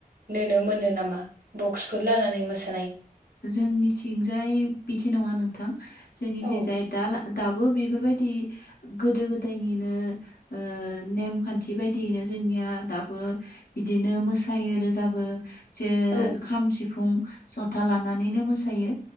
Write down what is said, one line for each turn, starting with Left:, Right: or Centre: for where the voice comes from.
Right: नुनो मोनो नामा बक्स फोर लानानै मोसा
Left: जोंनिथिंजाय बिदि नङा नोंथां जोंनिथिं
Right: औ
Left: जाय दा दाबो बेफोरबायदि गोदो गोदायनिनो ओ नेमखान्थि बायदियैनो जोंनिया दाबो बिदिनो मोसायो रोजाबो जे
Right: औ
Left: खाम सिफुं जथा लानानैनो मोसायो